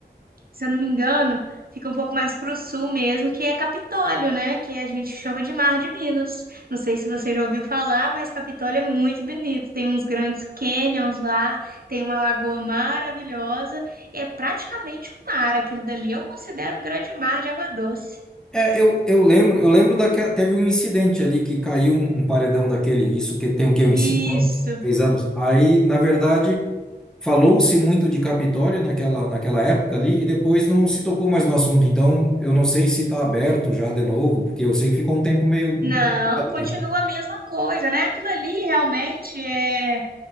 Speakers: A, on the right; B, in the centre.
A: se eu não me engano, fica um pouco mais para o sul mesmo, que é Capitólio, né? Que a gente chama de Mar de Minas. Não sei se você já ouviu falar, mas Capitólio é muito bonito. Tem uns grandes canyons lá, tem uma lagoa maravilhosa, e é praticamente um mar aquilo dali. Eu considero um grande mar de água doce.
B: É, eu, eu lembro, eu lembro daquela, teve um incidente ali que caiu um, um paredão daquele, isso que tem o quê? Uns
A: Isso.
B: cinco anos, seis anos. Aí, na verdade, falou-se muito de Capitólio naquela, naquela época ali e depois não se tocou mais no assunto. Então, eu não sei se está aberto já de novo, porque eu sei que ficou um tempo meio bloqueado
A: Não, continua
B: ali, né?
A: a mesma coisa, né? Aquilo ali realmente é